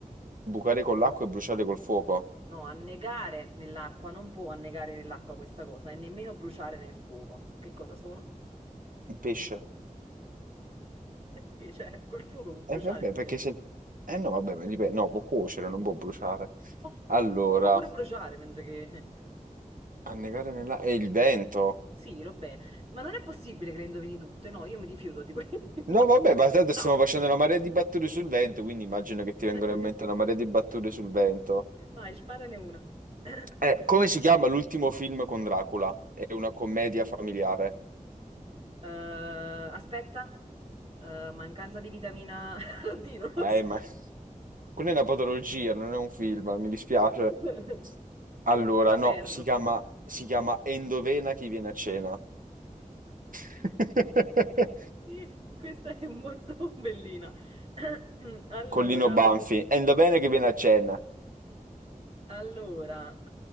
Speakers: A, on the right; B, on the right.
A: Bucare con l'acqua e bruciare col fuoco.
B: No, annegare nell'acqua non può annegare nell'acqua questa cosa e nemmeno bruciare nel fuoco. Che cosa sono?
A: Un pesce.
B: Perché, cioè, col fuoco può bruciare
A: Eh, vabbè,
B: il
A: perché
B: pesce.
A: se... Eh no, vabbè, ma dipende. No, può cuocere, non può bruciare.
B: Oh,
A: Allora,
B: lo può pure bruciare mentre che... <laughs>
A: annegare nella... E il vento.
B: Sì, vabbè. Ma non è possibile che le indovini tutte. No, io mi rifiuto di questo. <laughs> Basta.
A: No, vabbè, ma tanto
B: No.
A: stiamo facendo una marea di battute sul vento, quindi immagino che ti vengano
B: <laughs>
A: in mente una marea di battute sul vento.
B: Vai, sparane una. <clears throat>
A: Eh,
B: <coughs>
A: come si chiama l'ultimo film con Dracula? È una commedia familiare.
B: Eh, aspetta, Eh, mancanza di vitamina <laughs> D, non lo
A: Eh,
B: so.
A: ma <laughs> quella è una patologia, non è un film, mi dispiace.
B: <laughs>
A: Allora,
B: Senza
A: no,
B: ferro.
A: si chiama, si chiama Endovena chi viene a cena. <laughs>
B: Sì, questa è molto bellina. <clears throat> Allora,
A: Collino Banfi. Endovena chi viene a cena.
B: allora,